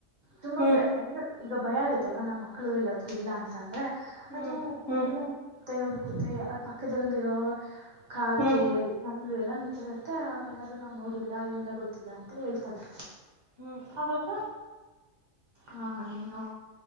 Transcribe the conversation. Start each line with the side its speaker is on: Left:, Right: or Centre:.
Right: ತುಂಬಾ
Left: ಹ್ಮ್
Right: ಬೆ ಅಂದ್ರೆ ಈಗ ಭಯ ಆಗತ್ತಲ್ವಾ ನಮ್ಮ್ ಮಕ್ಳು ಎಲ್ಲಾದ್ರು ಇಲ್ಲ ಅಂತಂದ್ರೆ
Left: ಹ್ಮ್
Right: ಅದು
Left: ಹ್ಮ್
Right: ತುಂಬಾ ಹುಡ್ಕುತ್ತೆ ಹುಡ್ಕುತ್ತೆ ಆ ಪಕ್ಕದಲ್ಲಿರೋ ಕಾಗೆ
Left: ಹ್ಮ್
Right: ನವಿಲು ಎಲ್ಲಾರ್ನೂ ಕೇಳತ್ತೆ ಅವ್ರು ಯಾರು ನಾವ್ ನೋಡಿಲ್ಲ ಇಲ್ಲ ಗೊತ್ತಿಲ್ಲ ಅಂತ ಹೇಳ್ತಾರೆ.
Left: ಹ್ಮ
Right: ಅವಾಗ ಹಾ ಏನು